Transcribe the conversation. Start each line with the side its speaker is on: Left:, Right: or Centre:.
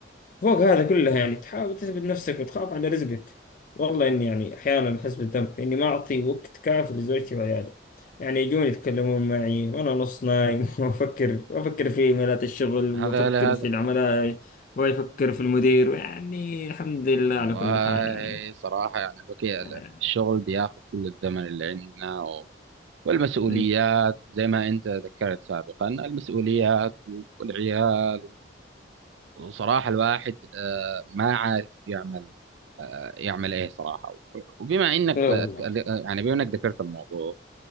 Left: فوق هذا كله يعني تحاول تثبت نفسك وتخاف على رزقك والله إني يعني أحيانا أحس بالذنب إني ما أعطي وقت كافي لزوجتي وعيالي يعني يجون يتكلمون معي وأنا نص نايم <laughs> وأفكر وأفكر في إيميلات الشغل وأفكر
Right: هذا لا هذا
Left: في العملاء وأفكر في المدير ويعني الحمد لله
Right: والله
Left: على كل حال يعني
Right: صراحة يعني الوكي
Left: آه،
Right: ال- ال- الشغل بياخذ كل الزمن اللي عندنا و... والمسؤوليات
Left: إيه
Right: زي ما أنت ذكرت سابقا المسؤوليات والعيال وصراحة الواحد آه، ما عارف يعمل يعمل إيه صراحة وبما إنك
Left: لا
Right: أتك-
Left: والله
Right: يعني بما إنك ذكرت الموضوع